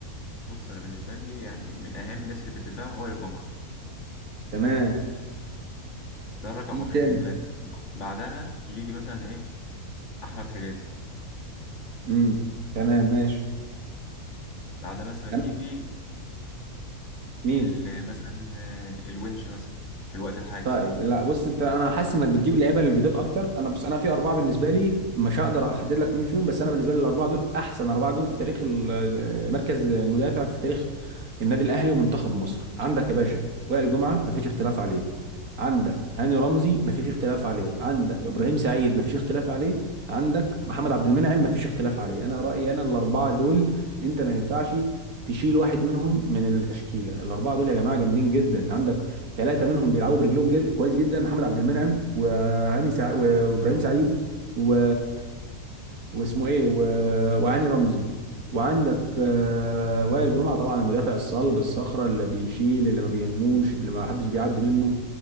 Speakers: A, on the left; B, on the right.
A: بص انا بالنسبه لي يعني من اهم الناس اللي في الدفاع هو وائل جمعه
B: تمام
A: ده رقم
B: مين
A: واحد
B: تاني
A: بالنسبة لي بعدها يجي مثلا ايه احمد حجازي
B: امم تمام ماشي
A: بعدها مثلا
B: أنا-
A: يجي
B: مين
A: ال- مثلا آه، الونش مثلا في الوقت الحالي
B: طيب لا بص انت انا حاسس انك بتجيب اللعيبه الجداد اكتر انا بص انا في اربعه بالنسبه لي مش هقدر احدد لك مين فيهم بس انا بالنسبه لي الاربعه دول احسن اربعه جم في تاريخ ال- آه، مركز المدافع في تاريخ النادي الاهلي ومنتخب مصر عندك يا باشا وائل جمعه مفيش اختلاف عليه عندك هاني رمزي مفيش اختلاف عليه عندك ابراهيم سعيد مفيش اختلاف عليه عندك محمد عبد المنعم مفيش اختلاف عليه انا رايي انا الاربعه دول انت ما ينفعش تشيل واحد منهم من التشكيله الاربعه دول يا جماعه جامدين جدا عندك ثلاثه منهم بيلعبوا برجلهم جد... كويس جدا محمد عبد المنعم وهاني سع... و- وابراهيم سعيد و... واسمه ايه و... وهاني رمزي وعندك آه، وائل جمعه طبعا المدافع الصلب الصخره اللي بيشيل اللي ما بيهموش اللي ما حدش بيعدي منه